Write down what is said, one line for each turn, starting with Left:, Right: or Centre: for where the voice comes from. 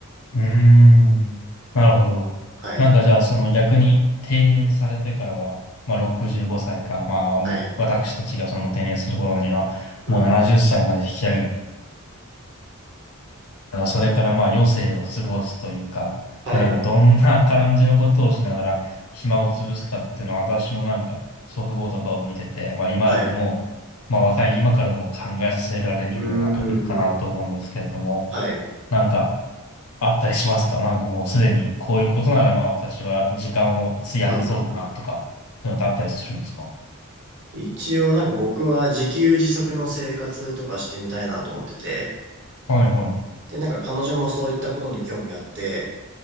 Left: い。うーん。なるほど。
Right: はい。
Left: なんかじゃあ、その逆に定年されてからは、まあ65歳か、まあ僕、
Right: はい。
Left: 私たちがその定年する頃には、
Right: うんうん。
Left: もう70歳まで引き上げまあ、それからまあ余生を過ごすというか、
Right: はい。
Left: まあなんかどんな感じのことをしながら暇を潰すかっていうのは私もなんか祖父母とかを見てて、まあ今まででも、
Right: はい。
Left: まあ若い今からでも考えさせられるようなトピックかなと思うんですけれども、
Right: うーん。はい。
Left: なんかあったりしますかなんかもうすでにこういうことならまあ私は時間を費やせそうだなとか、
Right: うんうんうん。
Left: そういうのってあったりするんですか
Right: 一応なんか僕は自給自足の生活とかしてみたいなと思ってて、
Left: はいはい。う
Right: で、なんか彼女もそういったことに興味あって、